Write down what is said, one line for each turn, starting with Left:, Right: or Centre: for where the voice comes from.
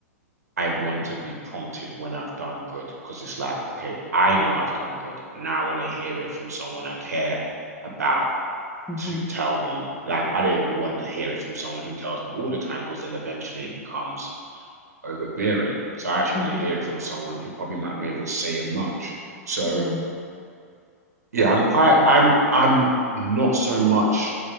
Right: I want to be prompted when I've done good, because it's like, okay, I know I've done good. Now I want to hear it from someone I care about
Centre: Mm-hmm.
Right: to tell me. Like I don't even want to hear it from someone who tells me all the time, because then eventually it becomes overbearing. So I actually
Centre: Mm-hmm.
Right: want to hear it from someone who probably might not even say it much. So
Centre: Yeah.
Right: yeah, I'm quite I'm I'm not so much